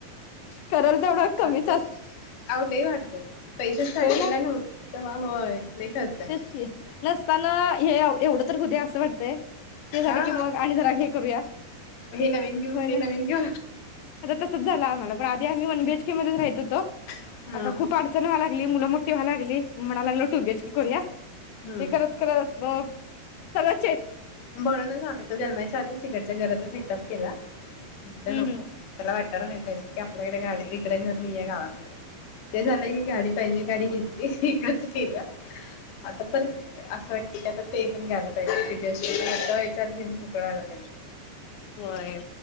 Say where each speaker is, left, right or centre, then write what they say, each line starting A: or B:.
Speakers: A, on the left; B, on the left.
A: करल तेवढं कमी
B: आव लई वाढलय, पैसे स्टार्टिंगला
A: होय ना
B: नव्हत तवा होय लई खर्च आहे
A: तेच की, नसताना हे एवढं तर होऊदे अस वाटतय ते झालं
B: हा
A: की मग आणि जरा हे करूया
B: हे नवीन घेऊ
A: होय
B: ते
A: ना
B: नवीन घेऊ
A: आता तसच झालं, आम्हाला पण आधी आम्ही वन बी. ऐच. के मधेच राहत होतो.
B: हा
A: आता खूप अडचण वव्हय लागली मुल मोठी व्हय लागली, म्हणालागल टू बी. एच करूया
B: हम्म.
A: ते करत करत म सगळ्य
B: म्हणूनच आम्ही तो जन्माच्या आधीच तिकडच्या घरातच तप केला. तर
A: हम्म
B: नको,
A: हम्म.
B: त्याला वाटत टाय नाही पाहिजे की आपल्याकडे गाडी इकड घर नाहीय गावाकडे ते झालं की गाडी पाहिजे गाडी घेतली इकडच केलं, आता परत असं वाटते की आता ते पण घ्यायला पाहिजे वस् <unintelligible> व्याच्यात घेऊन मोकळा व्हयला पाहिजे.
A: होय